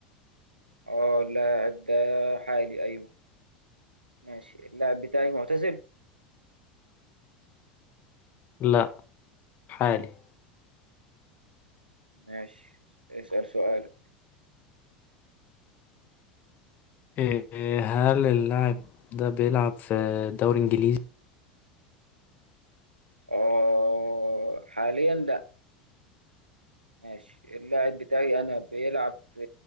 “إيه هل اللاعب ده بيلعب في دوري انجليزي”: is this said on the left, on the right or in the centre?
Left